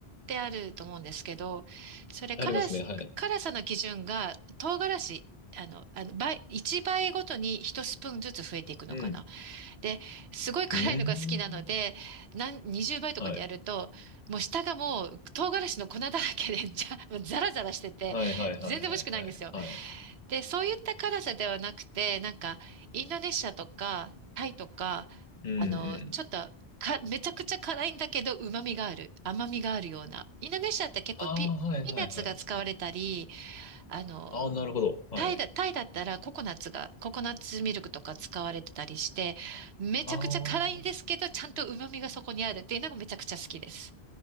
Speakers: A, on the right; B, on the left.
A: てあると思うんですけど、それ辛す、
B: ありますね、はい。
A: 辛さの基準が唐辛子、あの、あの、倍、1倍ごとに1スプーンずつ増えていくのかな。
B: うん。
A: で、すごい辛いのが好きなので、
B: うん。
A: なん20倍とかでやると、
B: はい。
A: もう下がもう唐辛子の粉だらけで、<laughs> じゃ、もうザラザラしてて、
B: はいはいはいはいはいはい。
A: 全然美味しくないんですよ。で、そういった辛さではなくて、なんか、インドネシアとか、タイとか、
B: うんう
A: あの、ちょっと、
B: ん。
A: か、めちゃくちゃ辛いんだけど、旨味がある。甘みがあるような。インドネシアって結構ピ、
B: ああ、はいはいはい。
A: ピーナッツが使われたり、あの、
B: ああ、なるほど。はい。
A: タイだ、タイだったらココナッツが、ココナッツミルクとか使われてたりして、めちゃくちゃ辛いんですけど、
B: ああ。
A: ちゃんと旨味がそこにあるっていうのがめちゃくちゃ好きです。